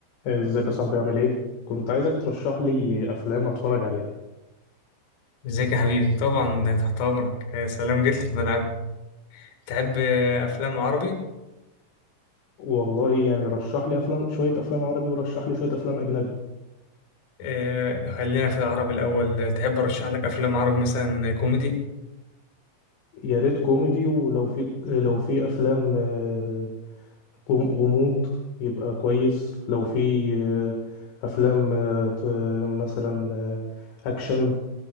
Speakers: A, on the left (about 75°); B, on the left (about 60°).
A: ازيك يا صاحبي عامل ايه؟ كنت عايزك ترشح لي افلام اتفرج عليها
B: ازيك يا حبيبي طبعا ده تحت امرك يا سلام جيت لي في ملعب تحب آه، افلام عربي
A: والله يعني رشح لي افلام شوية افلام عربي ورشح لي شوية افلام اجنبي
B: آه، خلينا في العربي الاول تحب ارشح لك افلام عربي مثلا كوميدي
A: يا ريت كوميدي ولو في لو في افلام آه، غم- غموض يبقى كويس لو في آه، افلام آه، ت- مثلا آه، اكشن